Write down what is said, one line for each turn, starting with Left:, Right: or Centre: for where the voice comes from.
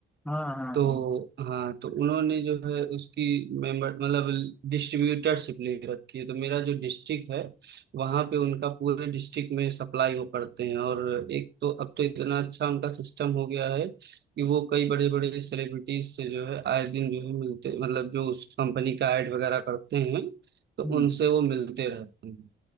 Centre: हाँ हाँ
Right: तो
Centre: हाँ
Right: हाँ तो उन्होंने जो है उसकी मेंबर मतलब डिस्ट्रीब्यूटरशिप ले रखी है तो मेरा जो डिस्ट्रिक्ट है वहाँ पे उनका पूरे डिस्ट्रिक्ट में सप्लाई वो करते हैं और एक तो अब तो इतना अच्छा उनका सिस्टम हो गया है कि वो कई बड़े बड़े सेलिब्रिटीज से जो है आए दिन जो है मिलते मतलब जो उस कंपनी का एड वगैरह करते हैं तो
Centre: हम्म,
Right: उनसे वो मिलते रहते हैं